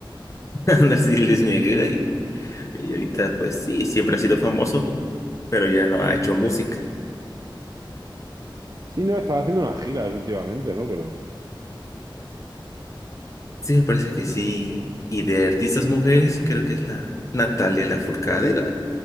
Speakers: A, on the left (about 35°); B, on the right (about 45°).
A: <laughs> Ándale, sí, Luis Miguel, y, y
B: <laughs>
A: ahorita, pues sí, siempre ha sido famoso, pero ya no ha hecho música.
B: sí, no, estaba haciendo unas giras últimamente, ¿no? Pero
A: Sí, me parece que sí. Y de artistas mujeres, creo que es la Natalia Lafourcade, la